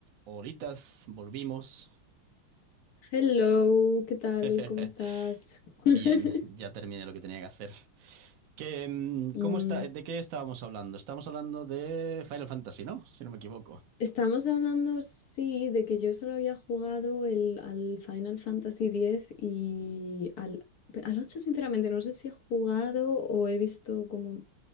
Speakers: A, on the right (about 75°); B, on the left (about 60°).
A: Horitas, volvimos.
B: Hello, ¿qué tal?
A: <laughs>
B: ¿Cómo estás?
A: Bien,
B: <laughs>
A: ya terminé lo que tenía que hacer. Que, mm,
B: Mm,
A: ¿cómo está, de qué estábamos hablando? Estábamos hablando de Final Fantasy, ¿no? Si no me equivoco.
B: Estamos hablando, sí, de que yo solo había jugado el, al Final Fantasy diez y al, al ocho sinceramente, no sé si he jugado o he visto como...